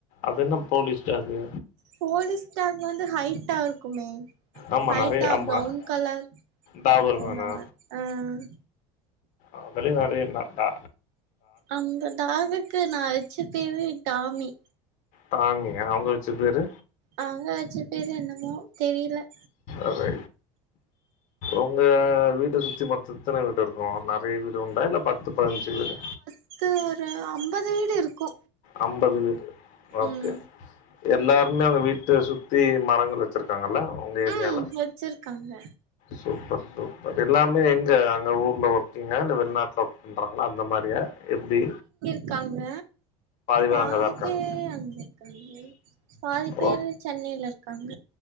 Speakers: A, on the left; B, on the right.
A: அதென்ன போலீஸ் டாக்கு
B: போலீஸ் டாக் வந்து ஹைட்டா இருக்குமே
A: ஆமாம்
B: ஹைட்டா
A: நிறைய ஆமாம்
B: ப்ரவுன் கலர்
A: டாபர்
B: அந்தமாரி
A: வேணா
B: ஆஹ்
A: அதுலயு வேலய காட்டா
B: அந்த டாகுக்கு நா வச்ச பேரு டாமி
A: டாமியா அவுங்க வச்ச பேரு
B: அவுங்க வச்ச பேரு என்னமோ தெரில
A: ஓகே உங்க வீட்ட சுத்தி மொத்த எத்தன வீடு இரு ஓ நிறைய வீடு உண்டா இல்ல பத்து பதினஞ்சு வீடு
B: அது ஒரு அம்பது வீடு இருக்கு
A: அம்பது வீடு ஓகே
B: ம்
A: எல்லாருமே அவுங்க வீட்ட சுத்தி மரங்கள் வச்சிருக்காங்கல்ல உங்க ஏரியால
B: ம் வச்சிருக்காங்க
A: சூப்பர் சூப்பர் எல்லாமே எங்க அங்க ஊர்ல ஒர்க்கீங்கா இல்ல வெளிநாட்ல பண்றாங்களா அந்த மாரியா எப்டி
B: க்காங்க
A: பேர்
B: பாதி
A: அங்கதா இருக்காங்க
B: பேர் அங்க இருக்காங்க பாதி பேரு
A: ஓ
B: சென்னையில இருக்காங்க